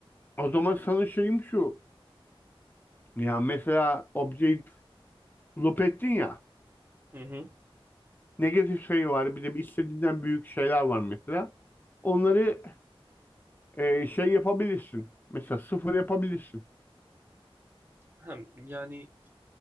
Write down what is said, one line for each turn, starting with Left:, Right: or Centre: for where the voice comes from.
Left: o zaman sana şeyim şu. Ya mesela objeyi loop ettin ya.
Right: Hı hı.
Left: Negatif sayı var. Bir de bir istediğinden büyük şeyler var mesela. Onları e, şey yapabilirsin. Mesela sıfır yapabilirsin.
Right: Hem yani